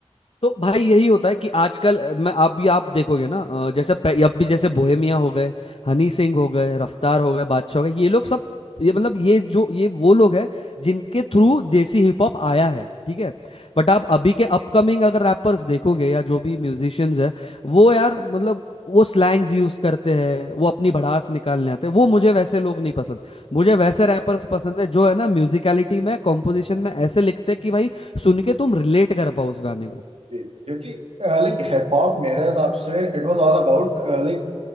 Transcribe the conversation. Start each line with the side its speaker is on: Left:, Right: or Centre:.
Left: तो भाई यही होता है कि आजकल अ, मैं आप भी आप देखोगे ना अ, जैसे पह- अब भी जैसे बोहेमिया हो गए हनी सिंह हो गए रफ्तार हो गए बादशाह हो गए ये लोग सब ये मतलब ये जो ये वो लोग हैं जिनके थ्रू देसी हिप हॉप आया है ठीक है बट आप अभी के अपकमिंग अगर रैपर्स देखोगे या जो भी म्यूजिशियंस हैं वो यार मतलब वो स्लैंग्स यूज करते हैं वो अपनी भड़ास निकालने आते हैं वो मुझे वैसे लोग नहीं पसंद मुझे वैसे रैपर्स पसंद है जो है ना म्यूजिकलिटी में कॉम्पोजिशन में ऐसे लिखते हैं कि भाई सुन के तुम रिलेट कर पाओ उस गाने को
Right: क्योंकि लाइक हिप हॉप मेरे हिसाब से it was all about like